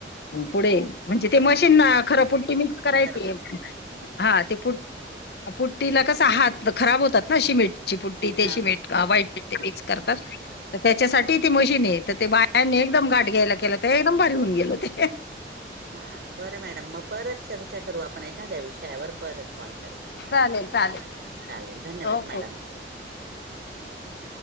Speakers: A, on the left; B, on the right.
A: पुढे. म्हणजे ते मशीन त्यांना खर पुट्टी मिक्स करायल
B: करपट
A: ते हा.. ते. पुट्टीला कसं हात खराब होतात ना? सिमेंटची पुट्टी ते
B: हा
A: सिमेंट
B: हा
A: व्हाइट ते मिक्स करतात. त त्याच्यासाठी ती मशीनये तर.. ते बायांनी एकदम गाठ घ्यायला केलं त.. एकदम भारी होऊन गेल ते.
B: हा.. बरं मॅडम. मग परत चर्चा करू आपण एखाद्या विषयावर परत कॉल करेल तुम्हाला.
A: चालेल
B: बरं..
A: चालेल
B: चालेल धन्यवाद
A: ओके
B: मॅडम.